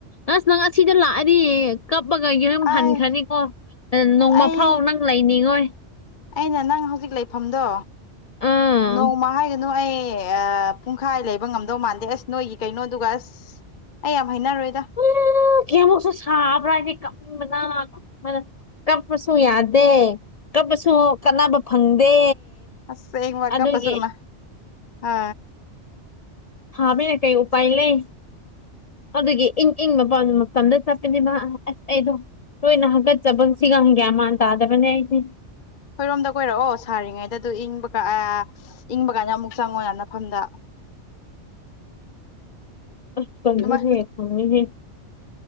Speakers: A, on the left; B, on the left.
A: ꯑꯁ ꯅꯪ ꯑꯁꯤꯗ ꯂꯥꯛꯑꯗꯤꯌꯦ ꯀꯞꯄꯒ ꯌꯨꯝ ꯍꯟꯈ꯭ꯔꯅꯤꯀꯣ
B: ꯑꯩ
A: ꯑ ꯅꯣꯡꯃꯐꯥꯎ
B: ꯑꯩ
A: ꯅꯪ ꯂꯩꯅꯤꯡꯉꯣꯏ
B: ꯑꯩꯅ ꯅꯪ ꯍꯧꯖꯤꯛ ꯂꯩꯐꯝꯗꯣ
A: ꯑꯥ
B: ꯅꯣꯡꯃ ꯍꯥꯏ ꯅꯣ ꯑꯩ ꯑ ꯄꯨꯡꯈꯥꯏ ꯂꯩꯕ ꯉꯝꯗꯧ ꯃꯥꯟꯗꯦ ꯑꯁ ꯅꯣꯏꯒꯤ ꯀꯩꯅꯣꯗꯨꯒ ꯑꯁ ꯑꯩ ꯌꯥꯝ ꯍꯩꯅꯔꯣꯏꯗ
A: ꯎꯝ ꯀꯌꯥꯃꯨꯛꯁꯨ ꯁꯥꯕ꯭ꯔꯥ ꯍꯥꯏꯗꯤ ꯀꯞꯅꯤꯡꯕꯅꯥ ꯀꯞ ꯕꯅ ꯀꯞꯄꯁꯨ ꯌꯥꯗꯦ ꯀꯞꯄꯁꯨ ꯀꯥꯟꯅꯕ ꯐꯪꯗꯦ꯫
B: ꯑꯁ ꯍꯌꯦꯡ ꯋꯥꯏ
A: ꯑꯗꯨꯒꯤ
B: ꯀꯞꯄꯁꯨ ꯀꯅꯥ ꯍꯥ
A: ꯍꯥꯕꯤꯅꯦ ꯀꯩ ꯎꯄꯥꯏ ꯂꯩ꯫ ꯑꯗꯨꯒꯤ ꯏꯪ ꯏꯪ ꯃꯄꯥꯟ ꯃꯇꯝꯗ ꯆꯠꯄꯅꯤꯕ ꯑ ꯑꯁ ꯑꯩꯗꯣ ꯇꯣꯏꯅ ꯍꯥꯀꯠꯆꯕ ꯁꯤꯒ ꯒ꯭ꯌꯥꯟ ꯃꯥꯟ ꯇꯥꯗꯕꯅꯦ ꯑꯩꯗꯤ
B: ꯈꯣꯏꯔꯣꯝꯗ ꯀꯣꯏꯔꯛꯑꯣ ꯁꯥꯔꯤꯉꯩꯗ ꯑꯗꯨ ꯏꯪꯕꯀ ꯑꯥ ꯏꯪꯕ ꯀꯥꯟꯗ ꯑꯃꯨꯛ ꯆꯪꯉꯣ ꯅ ꯅꯐꯝꯗ
A: ꯑꯁ ꯀꯩꯅꯣꯍꯦ
B: ꯑꯗꯨꯃꯥꯏ
A: ꯈꯪꯉꯤꯍꯦ